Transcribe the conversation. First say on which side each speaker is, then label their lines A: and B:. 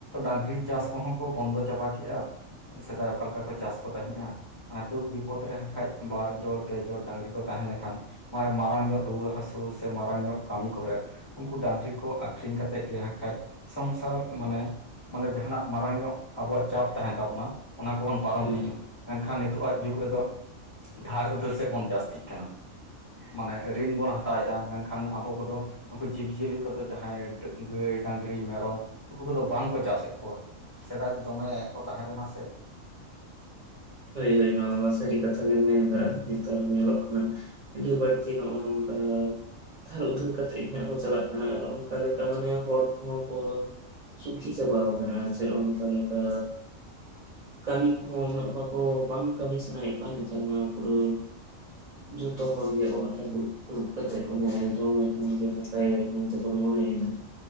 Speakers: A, on the left (about 25°); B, on the right (about 70°).
A: ᱰᱟᱝᱨᱤ ᱪᱟᱥ ᱠᱚᱦᱚᱸ ᱠᱚ ᱵᱚᱱᱫᱚ ᱪᱟᱵᱟ ᱠᱮᱜ-ᱟ᱾ ᱥᱮᱫᱟᱭ ᱚᱠᱟ ᱞᱮᱠᱟ ᱠᱚ ᱪᱟᱥ ᱠᱚ ᱛᱟᱦᱮᱸᱜ-ᱟ᱾ ᱫᱩᱠ ᱵᱤᱯᱚᱫᱽ ᱨᱮ ᱦᱟᱜ ᱠᱷᱟᱡ ᱵᱟᱨ ᱡᱲ ᱯᱮ ᱡᱚᱲ ᱰᱟᱝᱨᱤ ᱠᱚ ᱛᱟᱦᱮᱸ ᱞᱮᱱᱠᱷᱟᱱ ᱢᱟᱱᱮ ᱢᱟᱨᱟᱝ ᱧᱚᱜ ᱨᱩᱣᱟᱹ ᱦᱟᱹᱥᱩ ᱥᱮ ᱢᱟᱨᱟᱝ ᱧᱚᱜ ᱠᱟᱹᱢᱤ ᱠᱚᱨᱮᱜ ᱩᱜᱠᱩ ᱰᱟᱝᱨᱤ ᱠᱚ ᱟᱠᱷᱨᱤᱧ ᱠᱟᱛᱮᱜ ᱜᱮ ᱱᱟᱜ ᱠᱷᱟᱡ ᱥᱚᱝᱥᱟᱨ ᱢᱟᱱᱮ, ᱢᱟᱱᱮ ᱡᱟᱦᱟᱸᱱᱟᱜ ᱢᱟᱨᱟᱝ ᱧᱚᱜ ᱟᱵᱚᱣᱟᱜ ᱪᱟᱯ ᱛᱟᱦᱮᱱ ᱛᱟᱵᱚᱱᱟ ᱚᱱᱟ ᱠᱚᱵᱚᱱ ᱯᱟᱨᱚᱢ
B: ᱦᱩᱸ
A: ᱛᱟᱦᱮᱸᱜᱼᱟ ᱢᱮᱱᱠᱷᱟᱱ ᱱᱤᱛᱳ ᱟᱜ ᱡᱩᱜᱽ ᱨᱮᱫᱚ ᱫᱷᱟᱨ ᱩᱫᱷᱟᱹᱨ ᱥᱮᱫ ᱵᱚᱱ ᱡᱟᱹᱥᱛᱤᱜ ᱠᱟᱱᱟ᱾ ᱢᱟᱱᱮ ᱨᱤᱱ ᱵᱚᱱ ᱦᱟᱛᱟᱣᱮᱫᱼᱟ ᱢᱮᱱᱠᱷᱟᱱ ᱟᱵᱚ ᱠᱚᱫᱚ ᱱᱩᱠᱩ ᱡᱤᱵᱽᱡᱤᱭᱟᱹᱞᱤ ᱠᱚᱫᱚ ᱡᱟᱦᱟᱸᱭ ᱰᱟᱹ ᱜᱟᱹᱭ, ᱰᱟᱝᱨᱤ, ᱢᱮᱨᱚᱢ ᱱᱩᱠᱩ ᱠᱚᱫᱚ ᱵᱟᱝᱠᱚ ᱪᱟᱥᱮᱫ ᱠᱚᱣᱟ᱾ ᱥᱮᱫᱟᱭ ᱫᱚ ᱫᱚᱢᱮ ᱠᱚ ᱛᱟᱦᱮ ᱞᱮᱱᱟ ᱥᱮ᱾
B: ᱦᱳᱭ-ᱦᱳᱭ ᱱᱚᱣᱟ ᱥᱟᱹᱨᱤ ᱠᱟᱛᱷᱟ ᱜᱮᱢ ᱢᱮᱱ ᱠᱟᱜ-ᱟ ᱱᱮᱛᱟᱨ ᱧᱮᱞᱚᱜ ᱠᱟᱱᱟ ᱟᱹᱰᱤ ᱵᱟ. ᱲᱛᱤ ᱱᱚᱜᱼᱚ ᱱᱚᱝᱠᱟ ᱫᱷᱟᱨ ᱩᱫᱷᱟᱹᱨ ᱠᱟᱛᱮᱜ ᱦᱟᱸᱜ ᱵᱚ ᱪᱟᱞᱟᱜ ᱠᱟᱱᱟ ᱟᱨ ᱚᱱᱠᱟ ᱞᱮᱠᱟ ᱢᱟᱱᱮ ᱦᱚᱲ ᱠᱚᱦᱚᱸ ᱠᱚ ᱥᱩᱠᱷᱤ ᱪᱟᱵᱟᱣ ᱠᱟᱱᱟ ᱥᱮ ᱚᱱᱠᱟ ᱞᱮᱠᱟ, ᱠᱟᱹᱢᱤ ᱠᱚᱦᱚᱸ ᱩᱱᱟᱹᱜ ᱵᱟᱠᱚ, ᱵᱟᱝ ᱠᱟᱹᱢᱤ ᱥᱟᱱᱟᱭᱮᱜ ᱠᱚᱣᱟ ᱱᱮᱛᱟᱨ ᱢᱟ ᱯᱩᱨᱟ. ᱡᱷᱚᱛᱚ ᱦᱚᱲᱜᱮ ᱚᱲᱟᱜ ᱨᱮ ᱫᱩᱲᱩᱵ-ᱫᱩᱲᱩᱵ ᱠᱟᱛᱮ ᱚᱱᱮ ᱡᱚᱢ ᱞᱮᱠᱷᱟᱱ ᱜᱮ ᱱᱟᱯᱟᱭ ᱢᱮᱱ ᱛᱮᱵᱚᱱ ᱢᱚᱱᱮᱭᱫᱟ